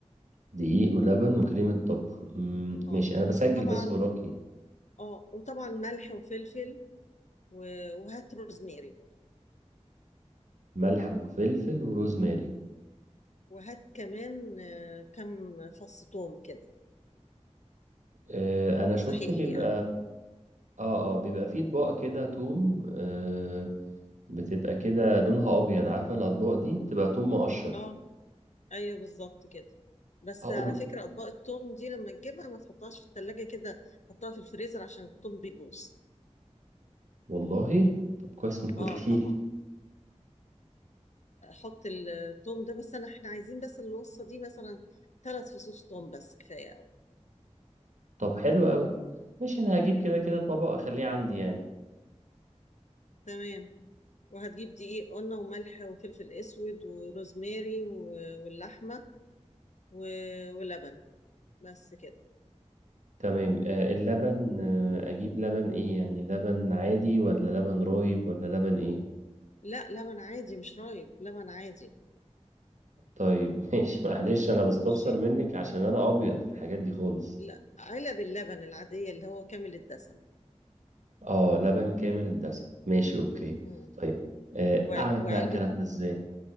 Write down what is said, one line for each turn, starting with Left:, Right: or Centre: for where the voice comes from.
Right: دقيق ولبن وكريمة طبخ مم،
Left: اه
Right: ماشي أنا بسجل
Left: طبعا
Right: بس وراكي
Left: اه وطبعا ملح وفلفل و- وهات روزميري برضه
Right: ملح وفلفل وروزماري
Left: وهات كمان آه، كم فص ثوم كده
Right: آه، أنا
Left: صحيح
Right: شفت بيبقى
Left: يعني
Right: اه اه بيبقى فيه اطباق كده توم آه بتبقى كده لونها ابيض عارفه الاطباق دي بتبقى توم مقشر
Left: اه ايوه بالظبط كده بس
Right: اقول
Left: على فكرة اطباق الثوم دي لما تجيبها ما تحطهاش في الثلاجة كده حطها في الفريزر عشان الثوم بيبوظ
Right: والله طب كويس انك قلتيلي
Left: اه طبعا حط الثوم ده بس انا احنا عايزين بس الوصفة دي مثلا ثلاث فصوص ثوم بس كفاية
Right: طب حلو قوي ماشي انا هجيب كده كده طبق
Left: قوي
Right: اخليه عندي يعني
Left: تمام وهتجيب دقيق قلنا وملح وفلفل اسود وروزماري و- واللحمه و- ولبن بس كده
Right: تمام آه اللبن آه اجيب لبن ايه يعني لبن عادي ولا لبن رايب ولا لبن ايه
Left: لا لبن عادي مش رايب لبن عادي
Right: طيب <laughs> ماشي معلش انا بستفسر
Left: ماشي
Right: منك عشان انا ابيض في الحاجات دي خالص
Left: لا علب اللبن العاديه اللي هو كامل الدسم
Right: اه لبن كامل الدسم ماشي اوكي
Left: مم.
Right: طيب آه
Left: وع-
Right: اعمل
Left: وعلبه
Right: بقى الكلام ده ازاي